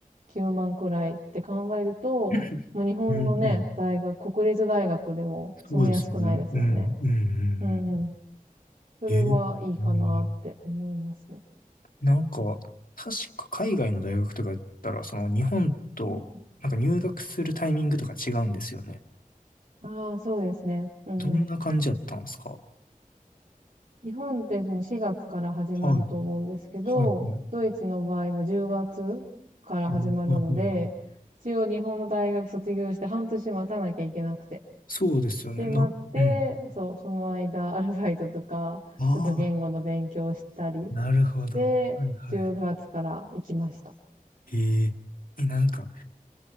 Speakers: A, on the right; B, on the left.
A: 9万くらいって考えると、
B: <laughs>
A: まあ日本のね、
B: うんうん。
A: 大学、国立大学でもそんな安くないですもんね。
B: そうですね。うんうんう
A: うんうん。
B: ん
A: それはいいかなって思いますね。
B: うん。えうんなんか、確か海外の大学とかやったら、その日本と、
A: うんうん
B: なんか入学するタイミングとか違うんですよね。
A: ああ、そうですね。うんうん。
B: どんな感じだったんですかは
A: 日本ってその4月から始まると思うんですけど、
B: い。はい。はい。
A: ドイツの場合は10月から始まるので、
B: はい。はい。はい
A: 一応日本の大学卒業して半年待たなきゃいけなくて。
B: そうですよね。
A: で、
B: な、
A: 待って、
B: あうん。
A: そう、その間、<laughs> アルバイトとか、
B: ああ
A: ちょっと言語の勉強をしたり、
B: なるほど。
A: で、
B: はいはい。
A: 10月から行きました。
B: へえ。え、なんか、